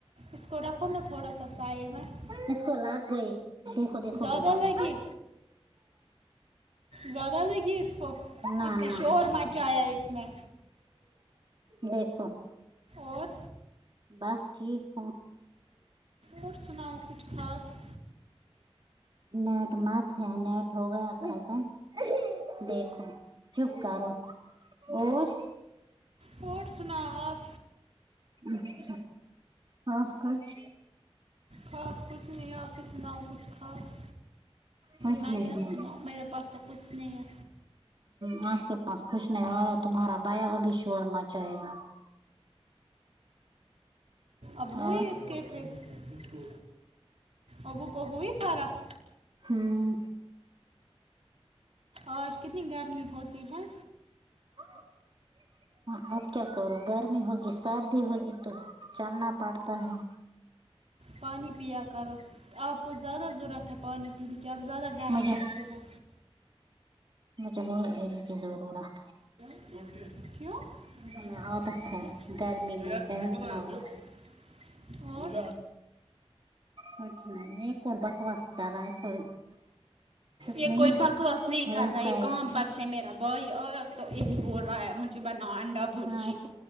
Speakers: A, on the right; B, on the right.
A: اس کوو رکھو نا تھوڑا سا سائڈ میںہ
B: اس کو لگ گئی دیکھو دیکھو
A: زیادہ
B: موبائل
A: لگی زیادہ لگی اس کو
B: نہ
A: اس نے
B: نہ
A: شور مچایا اس میں
B: دیکھو
A: اور
B: بس ٹھیک ہوں
A: اور سناؤ کچھ خاص
B: نیٹ مت ہے نیٹ ہو گیا ختم دیکھ چپ کرو اور
A: اور سنا آپ
B: اچھا خاص کچھ
A: خاص کچھ نہیں آپ ہی سناؤ کچھ خاص
B: کچھ
A: میں
B: نہیں
A: کیا
B: ہے
A: سناؤ میرے پاس تو کچھ نہیں ہے
B: ہ آپ کے پاس کچھ نہیں ہوا تمہارا بھیا اب شور مچاے گا
A: اب ہوئی
B: اور
A: اس کی فر ابو کو ہوئی پاراک
B: ہوں
A: آج کتنی گرمی ہوتی ہے
B: آ ہاں اب کیا کرو گرمی ہوگی سردی ہوگی تو چلنا پڑتا ہے
A: پانی پیا کرو آپ کو زیادہ ضرورت ہے پانی پینے کی آپ زیادہ گرم
B: مجھے
A: رہتے ہو
B: مجھے نہیں کہنیی کی ضرورت
A: <inaudible>
B: ہمیں عادت ہے گرمی میں بیٹھنا اور
A: اور
B: کچھ نہیں کونڈ بکواس کررہا اس کو <unintelligible> چپ
A: یہ
B: نہیں
A: کوئی بکواس نہیں
B: رہتا
A: کر رہا یہ
B: ہے
A: کام
B: چپ
A: پرسے میر بھائی آیا تو یہی بول رہا ہے مجھے بناؤ انڈا بورجی
B: ہاں اس